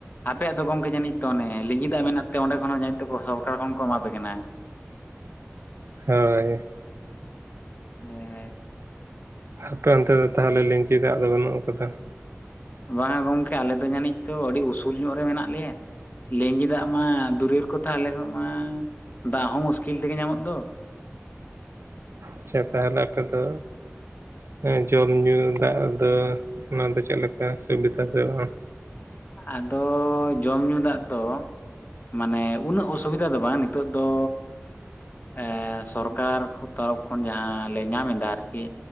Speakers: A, on the left (about 40°); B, on the right (about 60°).
A: ᱟᱯᱮᱭᱟᱜ ᱫᱚ ᱜᱚᱝᱠᱮ ᱡᱟᱹᱱᱤᱡ ᱛᱚ ᱚᱱᱮ ᱞᱤᱸᱜᱤ ᱫᱟᱜ ᱢᱮᱱᱟᱜ ᱛᱮ ᱚᱸᱰᱮ ᱠᱷᱚᱱ ᱦᱚᱸ ᱡᱟᱹᱱᱤᱡ ᱛᱮᱠᱚ ᱥᱚᱨᱠᱟᱨ ᱠᱷᱚᱱ ᱠᱚ ᱮᱢᱟ ᱯᱮ ᱠᱟᱱᱟ᱾
B: ᱦᱳᱭ ᱾
A: ᱦᱚᱸ
B: ᱟᱯᱮ ᱚᱱᱛᱮ ᱫᱚ ᱛᱟᱦᱚᱞᱮ ᱞᱤᱸᱡᱤ ᱫᱟᱜ ᱫᱚ ᱵᱟᱹᱱᱩᱜ ᱟᱠᱟᱫᱟ?
A: ᱵᱟᱝ ᱟ ᱜᱚᱝᱠᱮ ᱟᱞᱮ ᱫᱚ ᱡᱟᱹᱱᱤᱡ ᱛᱚ ᱟᱹᱰᱤ ᱩᱥᱩᱞ ᱧᱚᱜ ᱨᱮ ᱢᱮᱱᱟᱜ ᱞᱮᱭᱟ᱾ ᱞᱮᱸᱡᱤ ᱫᱟᱜ ᱢᱟ ᱫᱩᱨᱮᱨ ᱠᱚᱛᱷᱟ ᱟᱞᱮ ᱢᱟ ᱫᱟᱜ ᱦᱚᱸ ᱢᱩᱥᱠᱤᱞ ᱛᱮᱜᱮ ᱧᱟᱢᱚᱜ ᱫᱚ᱾
B: ᱟᱪᱪᱷᱟ ᱛᱟᱦᱚᱞᱮ ᱟᱯᱮᱫᱚ ᱯᱮ ᱡᱚᱢ ᱧᱩ ᱫᱟᱜ ᱫᱚ ᱚᱱᱟ ᱫᱚ ᱪᱮᱫᱞᱮᱠᱟ ᱥᱩᱵᱤᱫᱟ ᱥᱮ ᱵᱟᱝ
A: ᱟᱫᱚ ᱡᱚᱢ ᱧᱩ ᱫᱟᱜ ᱫᱚ ᱢᱟᱱᱮ ᱩᱱᱟᱹᱜ ᱚᱥᱩᱵᱤᱫᱟ ᱫᱚ ᱵᱟᱝ ᱱᱤᱛᱚᱜ ᱫᱚ ᱮ ᱥᱚᱨᱠᱟᱨ ᱛᱚᱨᱚᱯᱷ ᱠᱷᱚᱱ ᱡᱟᱦᱟᱸ ᱞᱮ ᱧᱟᱢ ᱮᱫᱟ ᱟᱨᱠᱤ